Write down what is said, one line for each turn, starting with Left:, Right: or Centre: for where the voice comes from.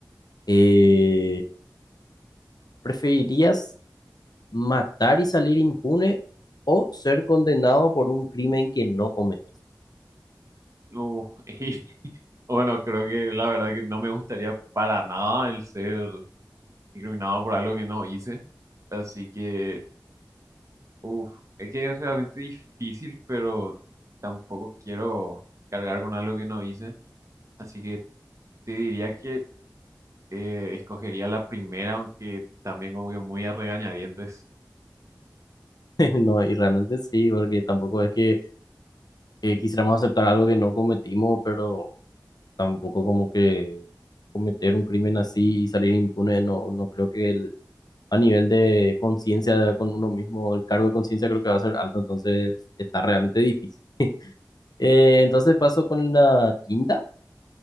Left: Eh, ¿preferirías matar y salir impune o ser condenado por un crimen que no cometiste?
Right: Uh, <laughs> y bueno, creo que la verdad que no me gustaría para nada el ser incriminado por algo que no hice. Así que, uff, es que es realmente difícil, pero tampoco quiero cargar con algo que no hice. Así que te diría que eh, escogería la primera, aunque también como que muy a regañadientes.
Left: <laughs> No, y realmente sí, porque tampoco es que eh, quisiéramos aceptar algo que no cometimos, pero tampoco como que cometer un crimen así y salir impune, no, no creo que el, a nivel de conciencia con uno mismo, el cargo de conciencia creo que va a ser alto, entonces está realmente difícil. Eh, entonces paso con la quinta.